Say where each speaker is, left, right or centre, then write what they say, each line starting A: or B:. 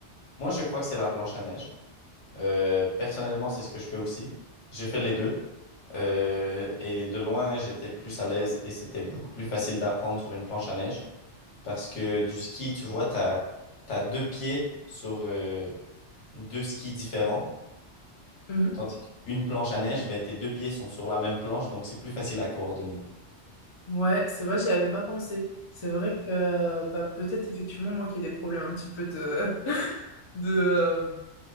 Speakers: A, on the left; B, on the left.
A: moi, je crois que c'est la planche à neige. Euh, personnellement, c'est ce que je fais aussi. J'ai fait les deux. Euh, et de loin, j'étais plus à l'aise et c'était beaucoup plus facile d'apprendre sur une planche à neige. Parce que du ski, tu vois, t'as, t'as deux pieds sur euh, deux skis différents.
B: Mhm.
A: Tandis qu'une planche à neige, ben, tes deux pieds sont sur la même planche, donc c'est plus facile à coordonner.
B: Ouais, c'est vrai, j'y avais pas pensé. C'est vrai que bah, peut-être effectivement moi qui ai des problèmes un petit peu de, <laughs> de euh,